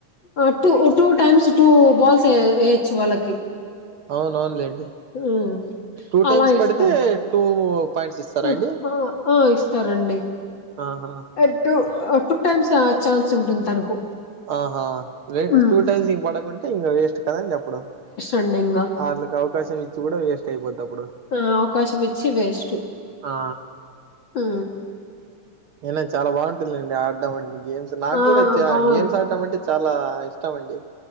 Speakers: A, on the left; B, on the right.
A: ఆ two two times two balls ఏ ఏయొచ్చు వాళ్ళకి
B: అవునవును లెండి.
A: ఉమ్
B: టూ టైమ్స్
A: అలా ఇస్తారు
B: పడితే, టూ పాయింట్స్ ఇస్తరా
A: ఆ
B: అండి?
A: ఆ ఆ ఇస్తారండి.
B: ఆహా
A: ఎ టూ టూ టైమ్స్ ఛాన్స్ ఉంటుంది తనకు
B: ఆహా, వే
A: హ్మ్.
B: టూ టైమ్స్ ఇంగ్ పడకుంటే ఇంగ వేస్ట్ కదండి అప్పుడు
A: పండేంగా
B: ఆర్లు కావు. అవకాశం ఇచ్చి గుడా వేస్ట్ అయిపోద్దప్పుడు.
A: ఆ అవకాశం ఇచ్చి వేస్టు
B: ఆ
A: ఆ
B: ఏం లేదు, చాలా బాగుంటుదండి ఆడడంమంటే గేమ్స్. నాకు
A: ఆ
B: గూడా చా
A: బాగుండు
B: గేమ్స్ ఆడడం అంటె చాలా ఇష్టమండి.